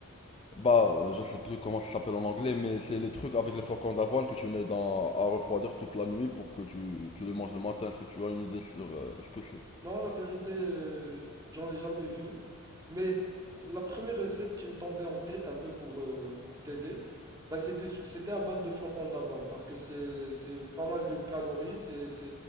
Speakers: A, on the left; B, on the right.
A: bah euh, je sais plus comment ça s'appelle en anglais, mais c'est les trucs avec les flocons d'avoine que tu mets dans à refroidir toute la nuit pour que tu, tu le manges le matin. Est-ce que tu as une idée sur euh, ce que c'est?
B: Non, la vérité, euh, j'en ai jamais vu. Mais la première recette qui me tombait en tête, un peu pour, euh, pour t'aider, bah c'était, c'était à base de flocons d'avoine. Parce que c'est, c'est pas mal de calories, c'est, c'est